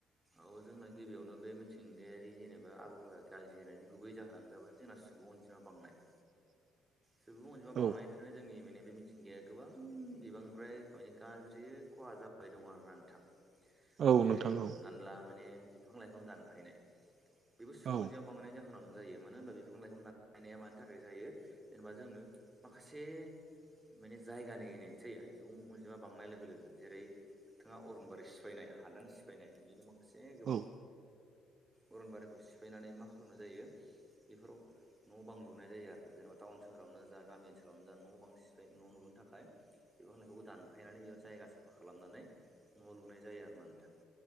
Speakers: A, on the right; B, on the right.
A: औ जोंना गिबियावनो बे मिथिंगायारि जेनेबा आबहावाया गाज्रि जानायनि गुबै जाहोनानो जाबाय जोंना सुबुं अनजिमा बांनाय
B: <inaudible>
A: सुबुं अनजिमा बांनायनिफ्रायनो
B: औ
A: जोंनि माने बे मिथिंगाया गोबां बिबांनिद्राय माने गाज्रि खहा जाबाय दं आरो ना नोंथां
B: औ
A: जेरै
B: नोंथां औ
A: हमनानै ला माने बिफां लाइफां दानफायनाय बेबो सुबुं
B: औ
A: अनजायाव बांनाय जा जाहोनावनो जायो मानो होनबा बिफां लाइफां दा मानि थाखाय जायो जेनेबा जोंनो माखासे माने जायगानि गोनांथि जायो सुबुं अन जिमा बांनाय लोगो लोगो जेरै नोंथाङा अरनबारि सिफायनाय हादान सिफायनाय बिदिनो मा माखासे गोबां
B: औ
A: अरन बारिखौ सिफायनानै मा खालामनाय जायो बेफोराव न' बां लुनाय जायो आरोना जेनेबा टाउन सोहावनो जा गामि ओनसोलावनो जा न' बां सिफाय न' लुनो थाखाय बिफां ला लाइफांखौ दानफायनानै बेयाव जायगा साफा खालामनानै न'आव लुनाय जायो आरो ना नोंथां